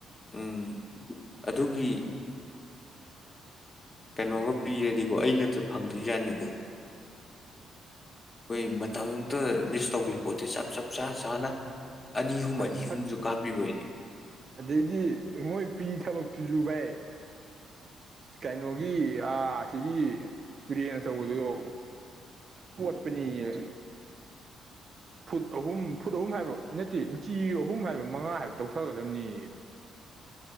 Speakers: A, on the left (about 30°); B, on the right (about 45°).
A: ꯎꯝ ꯑꯗꯨꯒꯤ ꯀꯩꯅꯣꯒ ꯄꯤꯔꯗꯤꯀꯣ ꯑꯩꯅꯗ ꯐꯪꯗꯣꯏ ꯌꯥꯅꯤꯀꯣ ꯑꯩꯣꯏ ꯃ ꯃꯤ ꯇꯧꯈꯤꯕ ꯄꯣꯠꯇꯁꯦ ꯆꯞ ꯆꯥꯞ ꯆꯥ ꯆꯥꯅ ꯑꯅꯤ ꯑꯍꯨꯝ
B: ꯁꯠ
A: ꯑꯅꯤ ꯑꯍꯨꯝꯁꯨ
B: ꯁꯠ
A: ꯀꯥꯞꯄꯤꯕ ꯑꯩꯗꯤ
B: ꯑꯗꯩꯗꯤ ꯃꯣꯏ ꯄꯤ ꯊꯕꯛꯇꯨꯁꯨꯨ ꯚꯥꯏ ꯀꯩꯅꯣꯒꯤ ꯁꯤꯒꯤ ꯇꯨꯔꯦꯟ ꯑꯆꯧꯕꯗꯨꯣ ꯀꯣꯠꯄꯅꯤꯌꯦ ꯐꯨꯠ ꯑꯍꯨꯝ ꯐꯨꯠ ꯑꯍꯨꯝ ꯍꯥꯏꯕ꯭ꯔꯣ ꯏ ꯅꯠꯇꯦ ꯏꯟꯆꯤ ꯄꯍꯨꯝ ꯍꯥꯏꯕ ꯃꯉꯥ ꯍꯥꯏꯕ ꯇꯧꯊꯒꯗꯕꯅꯤꯌꯦ